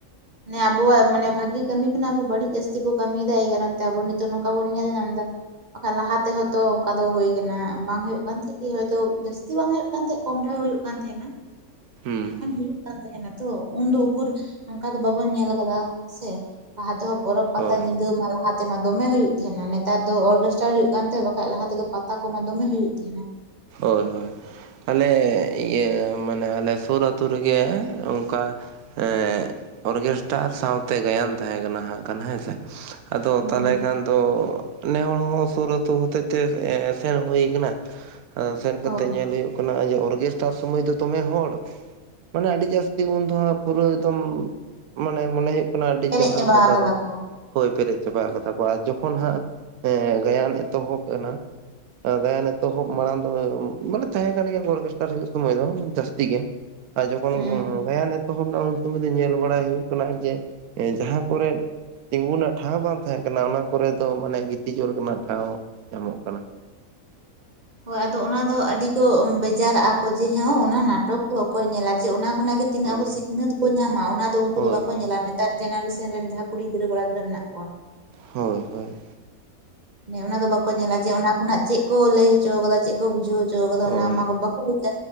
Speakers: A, on the right (about 35°); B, on the right (about 80°).
A: ᱢᱟᱱᱮ ᱟᱵᱚᱣᱟᱜ ᱢᱟᱱᱮ ᱵᱷᱟᱜᱤ ᱠᱟᱹᱢᱤ ᱠᱷᱚᱱᱟᱜ ᱟᱵᱟ ᱵᱟᱹᱲᱤᱡ ᱡᱟᱹᱥᱛᱤ ᱵᱚᱱ ᱠᱟᱹᱢᱤᱭᱮᱫᱟ ᱮᱭ ᱠᱟᱨᱚᱱ ᱛᱮ ᱟᱵᱚ ᱱᱤᱛ ᱛᱚ ᱱᱚᱝᱠᱟ ᱵᱚᱱ ᱧᱮᱞ ᱧᱟᱢ ᱮᱫᱟ᱾ ᱵᱟᱠᱷᱟᱡ ᱞᱟᱦᱟ ᱛᱮᱦᱮ ᱛᱚ ᱚᱱᱠᱟ ᱫᱚ ᱦᱳᱭ ᱠᱟᱱᱟ᱾ ᱵᱟᱝ ᱦᱩᱭᱩᱜ ᱠᱟᱱ ᱛᱟᱦᱮᱸᱡ ᱠᱤ ᱦᱟᱭᱛᱳ ᱡᱟᱹᱥᱛᱤ ᱵᱟᱝ ᱦᱚᱭᱳᱜ ᱠᱟᱱᱛᱮᱡ ᱠᱚᱢ ᱨᱮᱦᱚᱸ ᱦᱩᱭᱩᱜ ᱠᱟᱱ ᱛᱟᱦᱮᱸᱱᱟ᱾
B: ᱦᱩᱸ
A: ᱢᱮᱱᱠᱷᱟᱱ ᱦᱩᱭᱩᱜ ᱠᱟᱱ ᱛᱟᱦᱮᱱᱟ ᱛᱚ, ᱩᱱᱫᱚ ᱩᱠᱩᱨ ᱚᱱᱠᱟ ᱫᱚ ᱵᱟᱵᱚᱱ ᱧᱮᱞ ᱠᱟᱫᱟ ᱥᱮ, ᱞᱟᱦᱟ ᱛᱮᱦᱚᱸ ᱯᱚᱨᱚᱵᱽ
B: ᱦᱳᱭ
A: ᱯᱟᱛᱟ ᱧᱤᱫᱟᱹ ᱢᱟ ᱞᱟᱦᱟᱛ ᱛᱮ ᱢᱟ ᱫᱚᱢᱮ ᱦᱩᱭᱩᱜ ᱛᱟᱦᱮᱱᱟ, ᱱᱮᱛᱟᱨ ᱫᱚ ᱚᱨᱜᱮᱥᱴᱟᱨ ᱦᱩᱭᱩᱜ ᱠᱟᱱ ᱛᱟᱦᱮᱸ ᱵᱟᱠᱷᱟᱡ ᱞᱟᱦᱟ ᱛᱮᱫᱚ ᱯᱟᱛᱟ ᱠᱚᱢᱟ ᱫᱚᱢᱮ ᱦᱩᱭᱩᱜ ᱛᱟᱦᱮᱱᱟ᱾
B: ᱦᱳᱭ ᱦᱳᱭ᱾ ᱟᱞᱮ ᱤᱭᱟᱹ ᱢᱟᱱᱮ ᱟᱞᱮ ᱥᱳᱨ ᱟᱹᱛᱩ ᱨᱮᱜᱮᱻ ᱚᱱᱠᱟ, ᱮᱸᱜ ᱚᱨᱜᱮᱥᱴᱟᱨ ᱥᱟᱶᱛᱮ ᱜᱟᱭᱟᱱ ᱛᱟᱦᱮᱸ ᱠᱟᱱᱟ ᱦᱟᱸᱜ ᱠᱷᱟᱱ ᱦᱮᱸ ᱥᱮ, ᱟᱫᱚ
A: ᱦᱩᱸ
B: ᱛᱟᱦᱚᱞᱮ
A: ᱦᱩᱸ
B: ᱠᱷᱟᱱ ᱫᱚᱻ ᱱᱮ ᱦᱚᱲ ᱦᱚᱸ ᱥᱩᱨ ᱟᱹᱛᱩ ᱦᱚᱛᱮᱫ ᱛᱮ ᱥᱮᱱ ᱦᱩᱭ ᱠᱟᱱᱟ᱾ ᱥᱮᱱ
A: ᱦᱳᱭ
B: ᱠᱟᱛᱮᱴᱮᱫ ᱧᱮᱞ ᱦᱩᱭᱩᱜ ᱠᱟᱱᱟ ᱚᱨᱜᱮᱥᱴᱟᱨ ᱥᱚᱢᱚᱭ ᱫᱚ ᱫᱚᱢᱮ ᱦᱚᱲ, ᱢᱟᱱᱮ ᱟᱹᱰᱤ ᱡᱟᱹᱥᱛᱤ ᱩᱱ ᱫᱚ ᱦᱟᱸᱜ ᱯᱩᱨᱟᱹ ᱮᱠᱫᱚᱢ ᱢᱟᱱᱮ ᱢᱚᱱᱮ ᱦᱚᱭᱳᱜ ᱠᱟᱱᱟ ᱾ᱟᱹᱰᱤ
A: ᱯᱮᱨᱮᱡ
B: ᱪᱮᱨᱦᱟ
A: ᱪᱟᱵᱟ
B: ᱯᱚᱛᱛᱟ
A: ᱟᱠᱟᱫᱟ
B: ᱫᱚ
A: ᱠᱚ
B: ᱦᱳᱭ ᱯᱮᱨᱮᱡ ᱪᱟᱵᱟ ᱠᱟᱫᱟᱢ ᱠᱚ ᱟᱨ ᱡᱚᱠᱷᱚᱱ ᱦᱟᱸᱜ ᱮᱸ ᱜᱟᱭᱟᱱ ᱮᱛᱚᱦᱚᱵ ᱮᱱᱟ, ᱜᱟᱭᱟᱱ ᱮᱛᱚᱦᱚᱵ ᱢᱟᱲᱟᱝ ᱫᱚ ᱢᱟᱱᱮ ᱛᱟᱦᱮᱸ ᱠᱟᱱ ᱜᱮᱭᱟ ᱠᱚ ᱚᱨᱜᱮᱥᱴᱟᱨ ᱦᱚᱭᱳᱜ ᱥᱚᱢᱚᱭ ᱫᱚ ᱡᱟᱹᱥᱛᱤ ᱜᱮ, ᱟᱨ ᱡᱚᱠᱷᱚᱱ
A: ᱦᱮᱸ
B: ᱜᱟᱭᱟᱱ ᱮᱛᱚᱦᱚᱵ ᱮᱱᱟ ᱩᱱ ᱥᱚᱢᱚᱭ ᱫᱚ ᱧᱮᱞ ᱵᱟᱲᱟᱭ ᱦᱩᱭᱩᱜ ᱠᱟᱱᱟ ᱡᱮ ᱡᱟᱦᱟᱸ ᱠᱚᱨᱮᱜ ᱛᱤᱸᱜᱩ ᱨᱮᱱᱟᱜ ᱴᱷᱟᱶ ᱵᱟᱝ ᱛᱟᱦᱮᱸ ᱠᱟᱱᱟ ᱚᱱᱟ ᱠᱚᱨᱮ ᱫᱚ ᱢᱟᱱᱮ ᱜᱤᱛᱤᱡᱚᱜ ᱨᱮᱱᱟᱜ ᱴᱷᱟᱶ ᱧᱟᱢᱚᱜ ᱠᱟᱱᱟ᱾
A: ᱦᱳᱭ ᱟᱫᱚ ᱚᱱᱟ ᱫᱚ ᱟᱹᱰᱤ ᱠᱚ ᱵᱮᱡᱟᱨᱟᱜᱼᱟ ᱠᱚ ᱡᱮ ᱦᱮ ᱚᱱᱟ ᱱᱟᱴᱚᱠ ᱫᱚ ᱚᱠᱚᱭ ᱧᱮᱞᱟ ᱡᱮ ᱚᱱᱟ ᱚᱱᱟᱜᱮ ᱛᱤᱱᱟᱹᱜ
B: ᱦᱳᱭ
A: ᱟᱵᱚ ᱥᱤᱠᱷᱱᱟᱹᱛ ᱵᱚ ᱧᱟᱢᱟ ᱚᱱᱟ ᱫᱚ ᱩᱱᱠᱩ
B: ᱦᱳᱭ
A: ᱫᱚ ᱵᱟᱠᱚ ᱧᱮᱞᱟ ᱱᱮᱛᱟᱨ ᱡᱮᱱᱟᱨᱮᱥᱚᱱ ᱨᱮᱱ ᱡᱟᱦᱟᱸᱭ ᱠᱩᱲᱤ ᱜᱤᱫᱽᱨᱟᱹ ᱠᱚᱲᱟ ᱜᱤᱫᱽᱨᱟᱹ ᱢᱮᱱᱟᱜ ᱠᱚᱣᱟ᱾
B: ᱦᱳᱭ, ᱦᱳᱭ
A: ᱮ ᱚᱱᱟ ᱫᱚ ᱵᱟᱠᱚ ᱧᱮᱞᱟ ᱡᱮ ᱚᱱᱟ ᱠᱷᱚᱱᱟᱜ ᱪᱮᱫ ᱠᱚ ᱞᱟᱹᱭ ᱦᱚᱪᱚ ᱟᱠᱟᱫᱟ ᱪᱮᱫ ᱵᱟᱠᱚ ᱵᱩᱡᱷᱟᱹᱣᱪᱚ ᱟᱠᱟᱫᱟ
B: ᱦᱳᱭ
A: ᱚᱱᱟ ᱠᱚ ᱵᱟᱠᱚ ᱵᱩᱡᱟ᱾